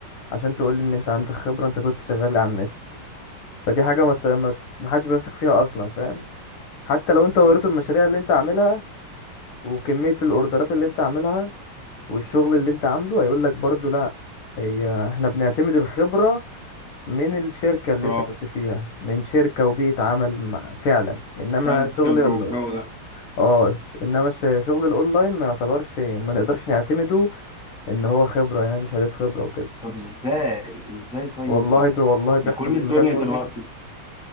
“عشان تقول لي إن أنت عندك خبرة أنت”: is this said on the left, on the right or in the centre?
Left